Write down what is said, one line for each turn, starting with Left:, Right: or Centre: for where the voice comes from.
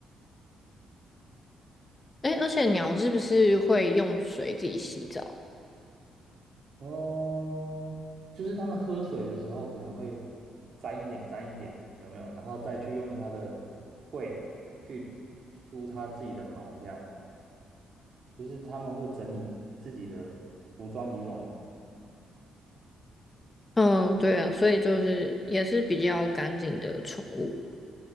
Left: 哎，而且鸟是不是会用水自己洗澡？
Right: 哦，就是他们喝水的时候可能会沾一点沾一点，有没有？然后再去用它的喙去梳它自己的毛，这样就是他们会整理自己的服装仪容。
Left: 嗯，对啊，所以就是也是比较干净的宠物。